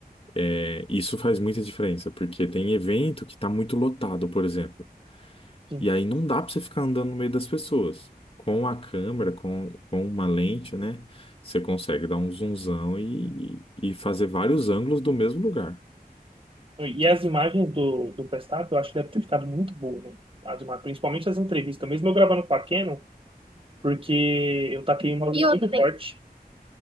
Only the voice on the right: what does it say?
sim.
E as imagens do, do Verstappen, eu acho que deve ter ficado muito boa, né? As imagens, principalmente as entrevistas. Mesmo eu gravando com a Canon, porque eu taquei uma E luz outra, muito outra, tem, forte.